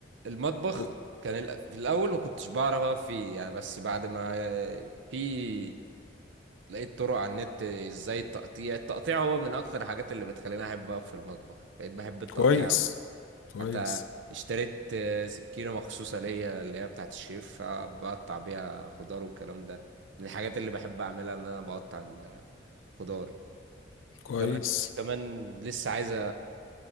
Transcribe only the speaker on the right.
المطبخ
كان ال- في الاول ما كنتش بعرف اقف فيه يعني بس بعد ما في لقيت طرق على النت ازاي التقطيع التقطيع هو من اكتر الحاجات اللي بتخليني احب اقف في المطبخ بقيت بحب التقطيع
أوي.
حتى اشتريت آه، سكينة مخصوصة ليا اللي هي بتاعت الشيف آه، بقطع بيها خضار والكلام ده من الحاجات اللي بحب اعملها ان انا بقطع الخضار
كمان كمان لسه عايز